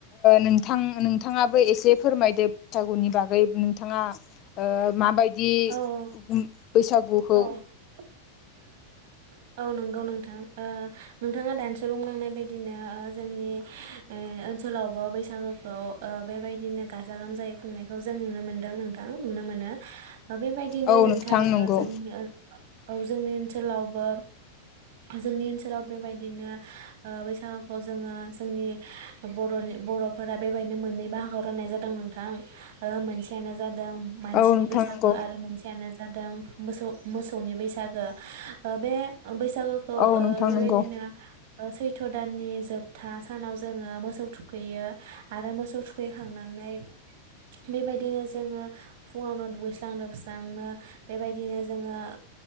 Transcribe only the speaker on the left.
नोंथां नोंथाङाबो एसे फोरमायदो बैसागुनि बागै नोंथाङा माबायदि
बैसागुखौ
औ
नंगौ
औ नोंथां
नंगौ
औ
नोंथां
नंगौ